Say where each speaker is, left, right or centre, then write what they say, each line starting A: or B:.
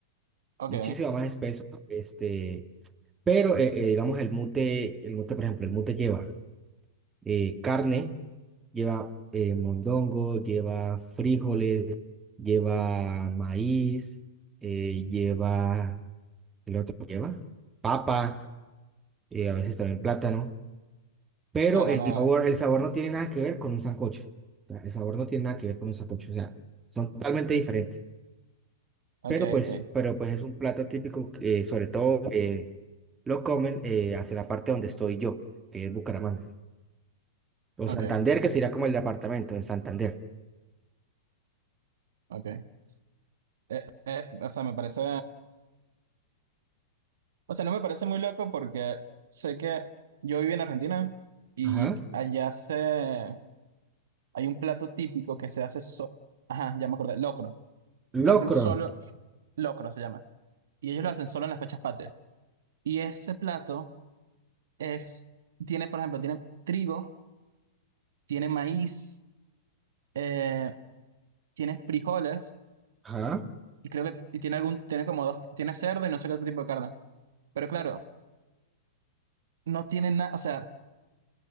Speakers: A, on the right; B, on the right.
A: Ok.
B: muchísimo más espeso, este, pero eh, eh, digamos el mute, el mute, por ejemplo, el mute lleva eh, carne, lleva eh, mondongo, lleva frijoles, lleva maíz, eh, lleva, el otro lleva papa, eh, a veces también plátano, pero
A: Claro,
B: el
A: no
B: sabor,
A: es-
B: el sabor no tiene nada que ver con un sancocho, o sea, el sabor no tiene nada que ver con un sancocho, o sea, son totalmente diferentes.
A: Ok,
B: Pero pues,
A: ok,
B: pero pues es un plato típico que sobre todo eh, lo comen eh, hacia la parte donde estoy yo, que es Bucaramanga. O
A: ok,
B: Santander, que sería como el departamento en Santander.
A: ok. Eh, eh, o sea, me parece... O sea, no me parece muy loco porque sé que yo viví en Argentina y
B: Ajá.
A: allá se... Hay un plato típico que se hace so Ajá, ya me acordé, locro, que
B: Locron.
A: hacen solo, locro se llama, y ellos lo hacen solo en las fechas patrias. Y ese plato es, tiene, por ejemplo, tiene trigo, tiene maíz, eh, tiene frijoles,
B: Ajá.
A: y creo que y tiene algún, tiene como dos, tiene cerdo y no sé qué otro tipo de carne. Pero claro, no tiene nada, o sea,